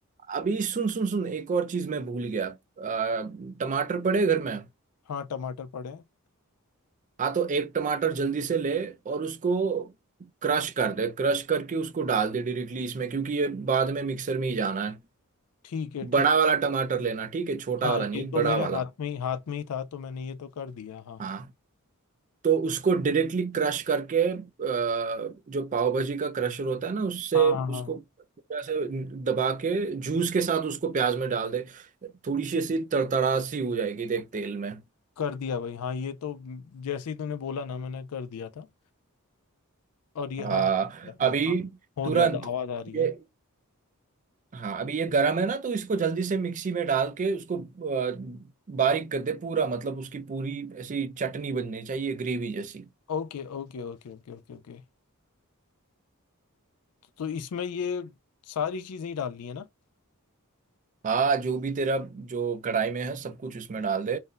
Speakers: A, on the right; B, on the left.
A: अभी सुन सुन सुन एक और चीज मैं भूल गया अ, टमाटर पड़े घर में
B: हाँ टमाटर पड़े हैं
A: हाँ तो एक टमाटर जल्दी से ले और उसको क्रश कर दे क्रश करके उसको डाल दे डायरेक्टली इसमें क्योंकि ये बाद में मिक्सर में ही जाना है
B: ठीक है
A: बड़ा
B: ठीक
A: वाला टमाटर लेना ठीक है छोटा
B: हाँ
A: वाला नहीं
B: ये तो
A: बड़ा
B: मेरे
A: वाला
B: हाथ में ही हाथ में ही था तो मैंने ये तो कर दिया हाँ
A: हाँ तो उसको डायरेक्टली क्रश करके अ, जो पाव भाजी का क्रशर होता है ना उससे
B: हाँ
A: उसको
B: हाँ हाँ
A: पूरा से दबा के जूस के साथ उसको प्याज में डाल दे थोड़ी सी सी तड़तड़ा सी हो जाएगी देख तेल में
B: कर दिया भाई हाँ ये तो म, जैसे ही तूने बोला ना मैंने कर दिया था और ये
A: हाँ
B: हाँ डन हो गया अभी,
A: अभी
B: हाँ हो
A: तुरंत
B: गया ड- आवाज आ रही
A: ये
B: है
A: हाँ अभी ये गरम है ना तो इसको जल्दी से मिक्सी में डाल के उसको अ, बारीक कर दे पूरा मतलब उसकी पूरी ऐसी चटनी बननी चाहिए ग्रेवी जैसी
B: Okay okay okay okay okay okay तो इसमें ये सारी चीजें ही डालनी है ना
A: हाँ जो भी तेरा जो कढ़ाई में है सब कुछ उसमें डाल दे